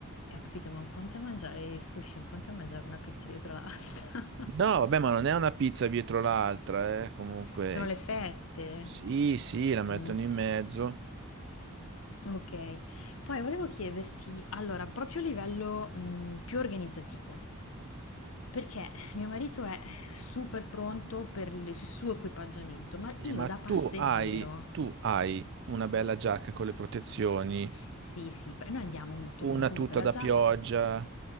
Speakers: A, on the left; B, on the right.
A: e ho capito ma un conto è mangiare il sushi, un conto è mangiare una pizza dietro l'altra. <laughs>
B: No, vabbè, ma non è una pizza dietro l'altra, eh, comunque.
A: Sono le fette.
B: Sì, sì, la mettono
A: Mm,
B: in mezzo.
A: ok, poi volevo chiederti, allora, proprio a livello mm, più organizzativo, perché mio marito è super pronto per il suo equipaggiamento, ma
B: Eh,
A: io
B: ma
A: da
B: tu
A: passeggero,
B: hai, tu hai una bella giacca con le protezioni,
A: sì, sì, noi andiamo in moto,
B: una
A: quindi comunque
B: tuta
A: la
B: da
A: giacca,
B: pioggia.